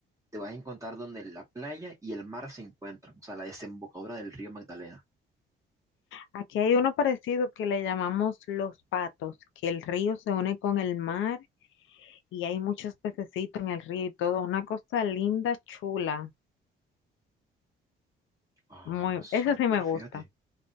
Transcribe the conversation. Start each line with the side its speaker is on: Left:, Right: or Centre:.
Right: te vas a encontrar donde la playa y el mar se encuentran, o sea, la desembocadura del río Magdalena.
Left: aquí hay uno parecido que le llamamos Los Patos, que el río se une con el mar y hay muchos pececitos en el río y todo. Una cosa linda, chula.
Right: Ah,
Left: Muy,
Right: súper,
Left: eso sí me gusta.
Right: fíjate.